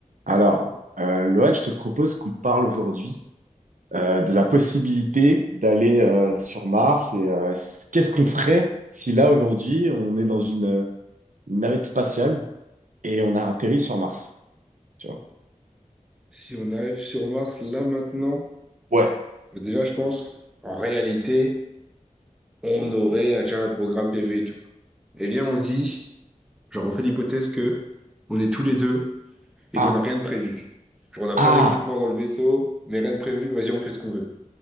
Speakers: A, on the right; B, in the centre.
A: Alors, euh, Loan, je te propose qu'on parle aujourd'hui euh, de la possibilité d'aller euh, sur Mars et euh, s- qu'est-ce qu'on ferait si là, aujourd'hui, on est dans une, une navette spatiale et on a atterri sur Mars, tu vois.
B: Si on arrive sur Mars là maintenant,
A: Ouais.
B: déjà je pense qu'en réalité, on aurait un, tiens, un programme PV et tout. Et bien on se dit, genre on fait l'hypothèse que on est tous les deux et
A: Ah,
B: qu'on n'a rien de prévu. Genre on a
A: ah,
B: plein d'équipements dans le vaisseau, mais rien de prévu, vas-y on fait ce qu'on veut.